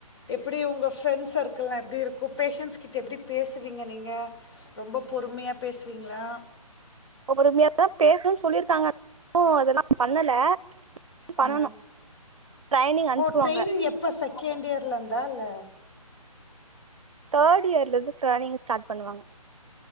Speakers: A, on the left (about 45°); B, on the right (about 60°).
A: எப்படி உங்க ஃப்ரெண்ஸ் சர்க்கிள்லா எப்டி இருக்கு பேஷன்ஸ் கிட்ட எப்டி பேசுவீங்க நீங்க ரொம்ப பொறுமியா பேசுவீங்ளா
B: பொறுமயாதா பேஸ்ணுன் சொல்லியிருக்காங்க இன்னு அதெல்லா பண்ணல பண்ணனு
A: ஆ
B: ட்ரைனிங் அனுப்புவாங்க
A: ஓ ட்ரெய்னிங் எப்ப செகண்ட் யேர்லந்தா இல்ல
B: தேடு யேர்லந்து ட்ரைனிங்க ஸ்டாட் பண்ணுவாங்க